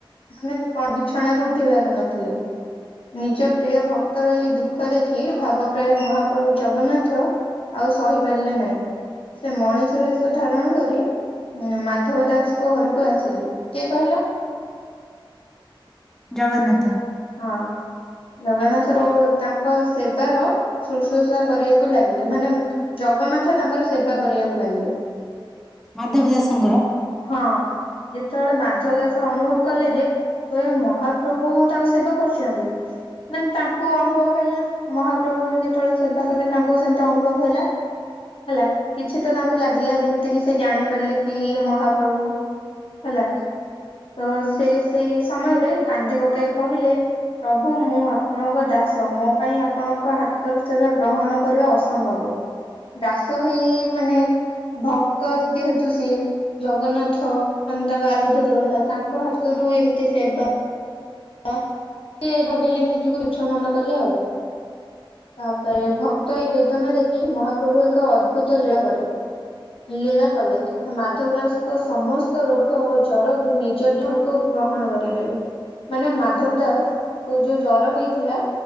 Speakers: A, on the left (about 80°); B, in the centre.
A: ସେମାନେ କଣ ବିଛଣାରୁ ଉଠି ପାରୁ ନଥିଲେ। ନିଜ ପ୍ରିୟ ଭକ୍ତର ଏଇ ଦୁଃଖ ଦେଖି ଭାବଗ୍ରାହୀ ମହାପ୍ରଭୁ ଜଗନ୍ନାଥ ଆଉ ସହି ପାରିଲେ ନାହିଁ ସେ ମଣିଷ ବେଶ ଧାରଣ କରି ଉଁ ମାଧବ ଦାସଙ୍କ ଘରକୁ ଆସିଲି କିଏ କହିଲ?
B: ଗନ୍ନାଥ
A: ହଁ। ଜଗନ୍ନାଥ ଓ ତାଙ୍କ ସେବାର ଶୁଶ୍ରୂଷା କରିବାକୁ ଲାଗିଲେ ମାନେ ଜଗନ୍ନାଥ ତାଙ୍କର ସେବା କରିବାକୁ ଲାଗିଲେ।
B: ମାଧବ ଦାସଙ୍କର
A: ହଁ ଯେତେବେଳେ ମାଧବ ଦାସ ଅନୁଭବ କଲେ ଯେ ସ୍ଵୟଂ ମହାପ୍ରଭୁ ତାଙ୍କ ସେବା କରୁଚନ୍ତି ମାନେ ତାଙ୍କୁ ଅନୁଭବ ହେଲା ମହାପ୍ରଭୁ ଯେତେବେଳେ ସେବା କଲେ ତାଙ୍କୁ ସେମତି ଅନୁଭବ ହେଲା। ହେଲା କିଛି ତ ତାଙ୍କୁ ଲାଗିଲା ଯେମିତି କିି ସେ ଜାଣିପାରିଲେ କି ଇଏ ମହାପ୍ରଭୁ। ହେଲା ତ ସେ ସେଇ ସମୟରେ କାନ୍ଦି ପକାଇ କହିଲେ ପ୍ରଭୁ ମୁଁ ଆପଣଙ୍କ ଦାସ ମୋ ପାଇଁ ଆପଣଙ୍କ ହାତ ଉତ୍ତର ସେବା ଗ୍ରହଣ କରିବା ଅସମ୍ଭବ। ଦାସ ହେଇ ମାନେ ଭକ୍ତ ଯେହେତୁ ସିଏ ଜଗନ୍ନାଥ ମାନେ ତାଙ୍କ ଆରାଧ୍ୟ ଦେବତା ତାଙ୍କୁ ହସେଇ ଏମତି ସେବା ବା ଲେ ନିଜକୁ ତୁଛ ମନ କଲେ ଆଉ ତାପରେ ଭକ୍ତ ଏ ବେଦନା ଦେଖି ମହାପ୍ରଭୁ ଏକ ଅଦ୍ଭୁତ ଲୀଳା କରେ ଲୀଳା କଲେ ସେ ମାଧବସ ସମସ୍ତ ରୋଗ ଓ ଜରକୁ ନିଜ ଦେହକୁ ଗ୍ରହଣ କରିନେଲେ। ମାନେ ମାଧବ ଦାସଙ୍କୁ ଯୋଉ ଜର ହେଇଥିଲା